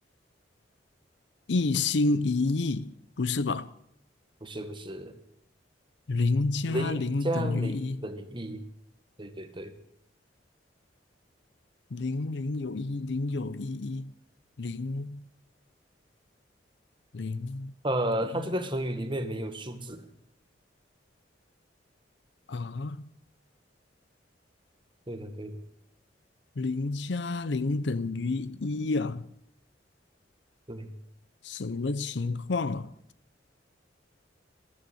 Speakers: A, on the left (about 70°); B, on the right (about 25°).
A: 一心一意，不是吧？
B: 不是不是，
A: 零加零等于一，
B: 零加零等于一。对对对，
A: 零零有一，零有一一，零零一
B: 呃，它这个成语里面没有数字。
A: 啊，
B: 对的对的
A: 零加零等于一啊，
B: 对。
A: 什么情况啊？